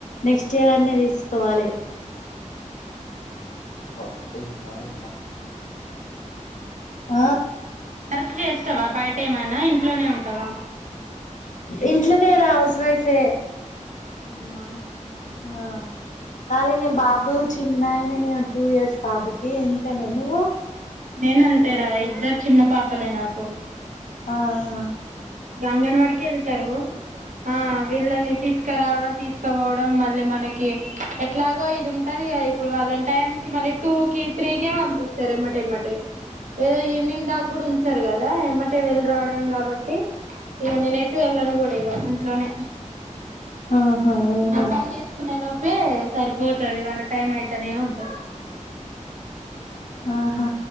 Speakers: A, on the left; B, on the right.
A: నెక్స్ట్ ఇయర్ అన్ని తీసుకోవాలి. <inaudible> ఆ
B: బర్కు వస్తావా బయట ఏమైనా ఇంట్లోనే ఉంటావా
A: ఇంట్లోనే రా హౌస్ వైఫే
B: అవునా
A: ఆ కానీ నీ బాబు చిన్నయని నేను టూ ఇయర్స్ బాబుకి ఎంట్లనే నువ్వు
B: నేన అంతేరా ఇద్దరు చిన్న పాపలే నాకు
A: ఆ అ
B: గంగన్వాడికి వెళ్తారు ఆ వీళ్ళని తీసుకు రావడం తీసుకుపోవడం మళ్ళీ మనకి ఎట్లాగో ఇది ఉంటాది కా ఇప్పుడు వాలంటైమ్ క మ టూ క త్ర్రి క అపిస్తర ఎమా ఏదో ఈవనింగ్ దాకా కూడా ఉ చరు కదా ఎమ్మటే వెళ్ళి రావడం కాబట్టి ఇవ నేనెటు ఎల్లను కూడా ఇంట్లోనే
A: ఆహా అవునా
B: పని చేసుకునే లో పే సరిపోతది వాళ్ళ టైం అయితనే ఉంటది
A: ఆహా